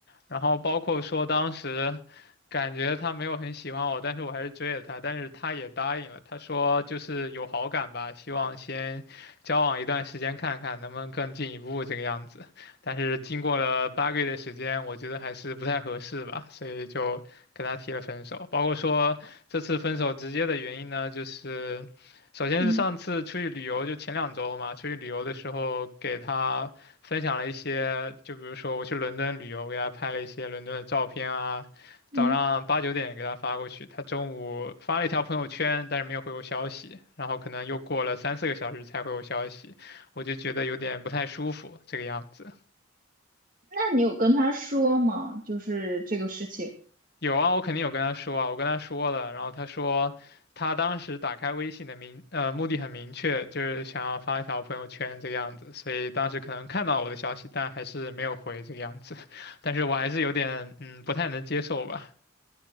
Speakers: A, on the left (about 50°); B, on the right (about 40°).
A: 然后包括说当时感觉他没有很喜欢我，但是我还是追了他，但是他也答应了，他说就是有好感吧，希望先交往一段时间看看能不能更进一步这个样子。但是经过了八个月的时间，我觉得还是不太合适吧，所以就跟他提了分手。包括说这次分手直接的原因呢，就是首先是上次出去旅游，
B: 嗯
A: 就前两周嘛，出去旅游的时候给他分享了一些，就比如说我去伦敦旅游，给他拍了一些伦敦的照片啊。早上八九点给他发过去，
B: 嗯，
A: 他中午发了一条朋友圈，但是没有回我消息，然后可能又过了三四个小时才回我消息，我就觉得有点不太舒服，这个样子。
B: 那你有跟他说吗？就是这个事情。
A: 有啊，我肯定有跟他说啊，我跟他说了，然后他说他当时打开微信的明呃目的很明确，就是想要发一条朋友圈这个样子，所以当时可能看到我的消息，但还是没有回这个样子，<laughs> 但是我还是有点嗯不太能接受吧。